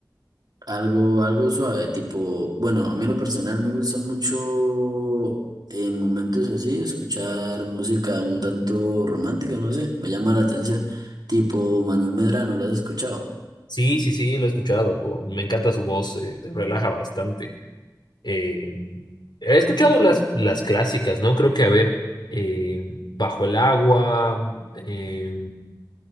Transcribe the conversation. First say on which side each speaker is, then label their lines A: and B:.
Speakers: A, on the right (about 60°); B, on the left (about 70°).
A: Algo, algo suave, tipo, bueno, a mí en lo personal me gusta mucho en momentos así escuchar música un tanto romántica, no sé, me llama la atención, tipo Manuel Medrano, ¿lo has escuchado?
B: Sí, sí, sí, lo he escuchado, po, me encanta su voz, eh, te relaja bastante. Eh, he escuchado las, las clásicas, ¿no? Creo que, a ver, eh, Bajo el agua, eh,